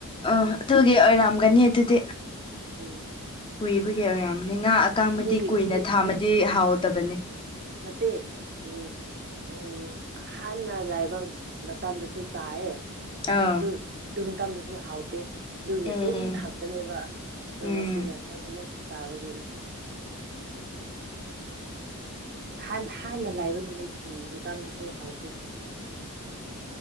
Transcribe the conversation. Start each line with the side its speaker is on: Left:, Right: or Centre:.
Left: ꯑꯣ ꯑꯗꯨꯒꯤ ꯑꯣꯏꯔꯝꯒꯅꯤ ꯑꯗꯨꯗꯤ
Right: ꯎꯝ
Left: ꯀꯨꯏꯕꯒꯤ ꯑꯣꯏꯔꯝ ꯅꯍꯥ ꯑꯀꯥꯡꯕꯗꯤ
Right: ꯀꯨꯏ
Left: ꯀꯨꯏꯅ
Right: ꯀꯨꯏ
Left: ꯊꯥꯝꯃꯗꯤ
Right: ꯎꯝ
Left: ꯍꯥꯎꯗꯕꯅꯤ
Right: ꯅꯠꯇꯦ ꯎꯝ ꯎꯝ ꯍꯥꯟꯅ ꯂꯥꯏꯕ ꯃꯇꯝꯗꯁꯨ ꯆꯥꯏꯑꯦ
Left: ꯑꯥ
Right: ꯑꯗꯨ ꯑꯗꯨ ꯇꯝꯗꯁꯨ ꯍꯥꯎꯇꯦ ꯑꯗꯨꯒꯤ
Left: ꯑꯦ
Right: ꯑꯗꯨꯝ ꯊꯞꯀꯅꯦꯕ ꯑꯗꯨ
Left: ꯎꯝ
Right: ꯉꯁꯤ ꯃꯀꯜ ꯑꯃꯨꯛ ꯆꯥꯕꯒꯤꯅꯦ ꯍꯥꯟ ꯍꯥꯟꯅ ꯂꯩꯕ ꯅꯨꯃꯤꯠ ꯃꯇꯝꯗꯁꯨ ꯍꯥꯎꯇꯦ